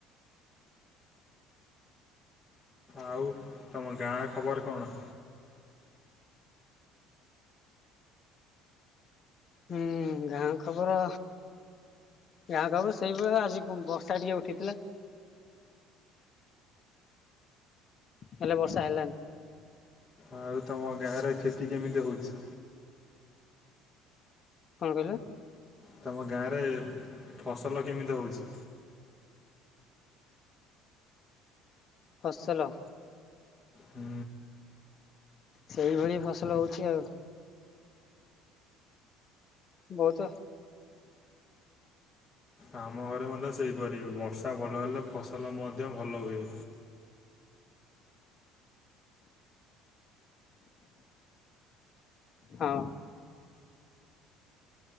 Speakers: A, in the centre; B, on the left (about 30°).
A: ଆଉ ତମ ଗାଁ ଖବର କଣ?
B: ହୁଁ, ଗାଁ ଖବର? ଗାଁ ଖବର ସେଇଭଳିଆ ଆଜି ବର୍ଷା ଟିକେ ଉଠେଇଥିଲା। ହେଲେ ବର୍ଷା ହେଲାନି।
A: ଆଉ ତମ ଗାଁରେ କ୍ଷେତି କେମିତି ହେଉଛି?
B: କଣ କହିଲ?
A: ତମ ଗାଆଁରେ ଫସଲ କେମିତି ହଉଛି?
B: ଫସଲ?
A: ହୁଁ।
B: ସେଇଭଳି ଫସଲ ହଉଛି ଆଉ। ବହୁତ
A: ଆମ ଘରେ ମଧ୍ୟ ସେହିପରି ବର୍ଷା ଭଲ ହେଲେ ଫସଲ ମଧ୍ୟ ଭଲ ହୁଏ।
B: ହଁ।